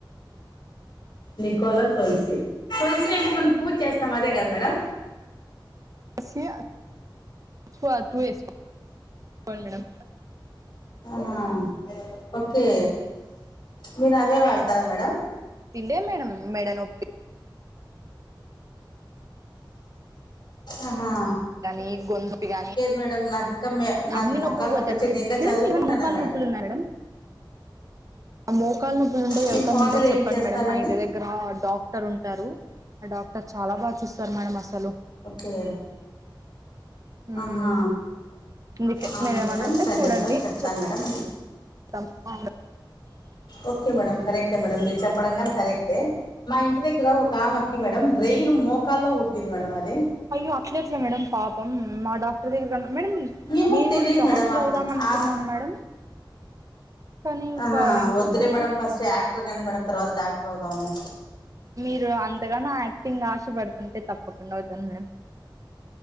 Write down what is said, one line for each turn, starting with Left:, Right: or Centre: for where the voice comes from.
Left: నికోలస్ తులసి తులసి అంటే మనం పూజ చేస్తాం అదే కదా మేడం
Right: స్సి <unintelligible> మేడం
Left: అహా ఓకే మీరు అదే వాడుతారా మేడం
Right: తిన్లే మేడం మేడనోప్పి
Left: అహా
Right: కాని గొంతు గాని
Left: మేడం నాకు ఇంకా మే నాకు
Right: అన్ని
Left: మోకాలు
Right: నొప్పులు పోతాయి
Left: నొప్పి వచ్చి నేను ఇంకా
Right: మేడం
Left: చదువుకుంటానా
Right: ఏమన్న మొకాళ్ళ నొప్పులు ఉన్నయ మేడం మోకాళ్ నొప్పులు ఉంటే
Left: మీ
Right: ఎవరికైనా
Left: ఫాదర్
Right: ఉంటే చెప్పండి
Left: ఏం చేస్తారండి
Right: మేడం మా ఇంటి దగ్ దగ్గర డాక్టర్ ఉంటారు ఆ డాక్టర్ చాలా బాగ్ చూస్తారు మేడం అసలు
Left: ఓకే
Right: మ్
Left: ఆహా
Right: అందుకే
Left: అవునా
Right: మీరేమైన్నా
Left: మేడం
Right: ఉంటే
Left: సర్లే
Right: చూడండి
Left: మేడం చెప్తాను
Right: చెప్
Left: మేడం
Right: తప్ కుండ్
Left: ఓకే మేడం కరెక్టే మేడం మీరు చెప్పడం కాని కరెక్టే మా ఇంటి దగ్గర ఒకమె ఒచ్చి మేడం బ్రెయిన్ మోకాల్లో పుట్టింది మేడం అది
Right: అయ్యో అట్లెట్ల మేడం పాపం నా డాక్టర్ దగ్గర మేడం
Left: ఏమో
Right: నిను
Left: తెలియదు
Right: కూడా డాక్
Left: మేడం
Right: క్టర్
Left: ఆ
Right: అవుదాం అనుకున్నాను మేడం కానీ ఇంకా
Left: ఆహా
Right: ఏం
Left: వద్దులే
Right: చేద్దాం
Left: మేడం ఫస్ట్ యాక్టర్ కండి మేడం తర్వాత డాక్టర్ అవుదాము
Right: మీరు అంతగాను యాక్టింగ్ ఆశపడుతుంటే తప్పకుండా అవుతాను మేడం